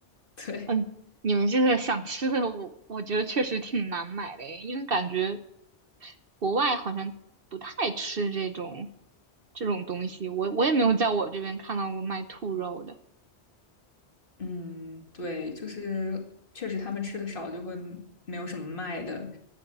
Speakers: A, on the left; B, on the right.
A: 对，
B: 嗯，你们这个想吃的我，我觉得确实挺难买的耶因为感觉国外好像不太吃这种这种东西，我我也没有在我这边看到过卖兔肉的。
A: 嗯，对，就是确实他们吃的少，就会没有什么卖的。